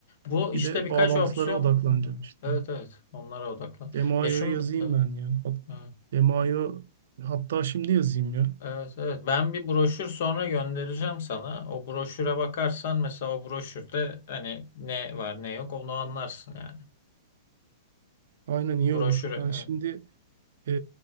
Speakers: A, on the left; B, on the right.
A: Bu
B: Bir
A: işte
B: de
A: birkaç
B: bağlantılara
A: opsiyon.
B: odaklanacağım işte.
A: Evet evet. Onlara odaklan.
B: Demaio'ya
A: Ya şun
B: yazayım
A: evet.
B: ben ya. Hat
A: evet.
B: Demaio hatta şimdi yazayım ya.
A: Evet evet ben bir broşür sonra göndereceğim sana. O broşüre bakarsan mesela o broşürde hani ne var ne yok onu anlarsın yani.
B: Aynen iyi
A: Broşür,
B: olur.
A: evet.
B: Ben şimdi eee,